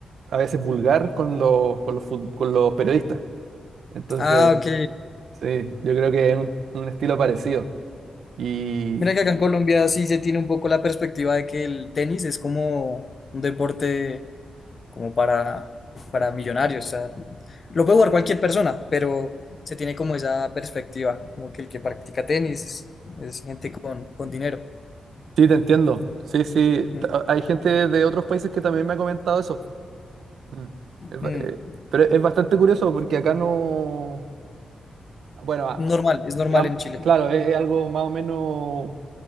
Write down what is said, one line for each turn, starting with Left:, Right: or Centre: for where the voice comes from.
Right: a veces vulgar con los, con los, fut- con los periodistas. Entonces,
Left: Ah, ok.
Right: sí, yo creo que es un, un estilo parecido. Y,
Left: Mira que acá en Colombia sí se tiene un poco la perspectiva de que el tenis es como un deporte como para, para millonarios. O sea, lo puede jugar cualquier persona, pero se tiene como esa perspectiva, como que el que practica tenis es, gente con, con dinero.
Right: Sí, te entiendo. Sí, sí.
Left: Mm,
Right: T- a- Hay gente de otros países que también me ha comentado eso. Mm. Es ba-
Left: mm.
Right: eh, pero es bastante curioso porque acá no... Bueno, a-
Left: Normal, es normal
Right: digamos,
Left: en Chile.
Right: claro, es, es algo más o menos